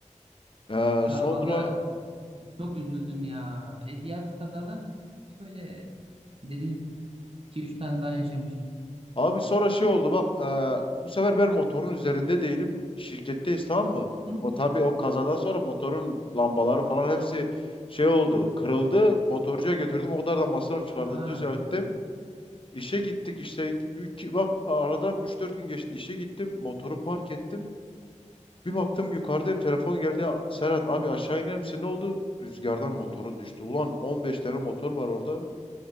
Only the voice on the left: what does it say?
Ee, sonra
abi sonra şey oldu bak e, bu sefer ben motorun üzerinde değilim. Şirketteyiz tamam mı?
Ama tabii o kazadan sonra motorun lambaları falan hepsi şey oldu. Kırıldı. Motorcuya götürdüm. O kadar da masraf çıkardı.
Düzelttim. İşe gittik işte iki, bak aradan üç dört gün geçti. İşe gittim. Motoru park ettim. Bir baktım yukarıdayım. Telefon geldi. "Ya, Serhat abi aşağı iner misin? Ne oldu? Rüzgardan motorun düştü. Ulan 15 tane motor var orada.